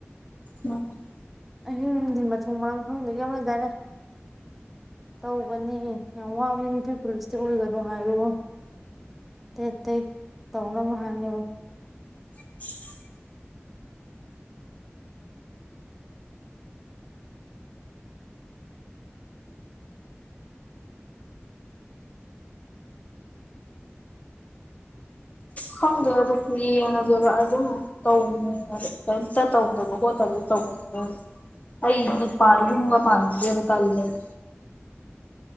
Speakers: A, on the left (about 35°); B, in the centre.
A: <inaudible>
B: ꯑꯍꯤꯡ ꯅꯨꯡꯊꯤꯟ ꯃꯊꯣꯡ ꯃꯔꯥꯡ ꯈꯪꯗꯈꯩ ꯑꯃ ꯂꯩꯗꯥꯏꯅꯦ ꯇꯧꯕꯅꯤ ꯌꯥꯝ ꯋꯥꯕꯅꯤ ꯅꯨꯄꯤ ꯄꯨꯂꯤꯁꯇꯤ ꯑꯣꯏꯒꯅꯨ ꯍꯥꯏꯌꯣ ꯑꯇꯩ ꯑꯇꯩ ꯇꯧꯅꯕ ꯍꯥꯏꯌꯣ
A: <inaudible> ꯈꯪꯗꯦ ꯑꯗꯨ ꯌꯦꯡꯉꯁꯦ ꯍꯥꯏꯕꯔꯥ ꯑꯗꯨꯝ ꯇꯧꯅꯨ ꯍꯥꯏꯕ ꯀꯩꯝꯇ ꯇꯧꯒꯅꯨ ꯍꫭꯠꯀꯅꯨ ꯇꯧꯒꯅꯨ ꯑꯩ ꯄ ꯌꯨꯝꯒꯥ ꯄꯥꯟꯅꯤꯡꯗꯦꯕ ꯇꯥꯜꯂꯦꯕ